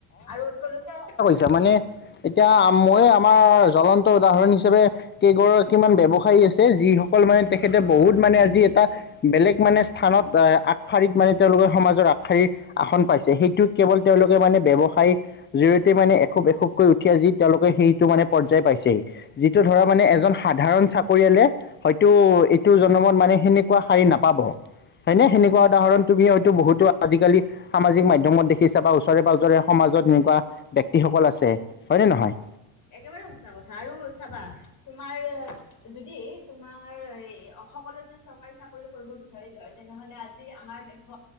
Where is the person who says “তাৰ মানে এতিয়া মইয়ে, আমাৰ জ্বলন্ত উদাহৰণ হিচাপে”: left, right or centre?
Left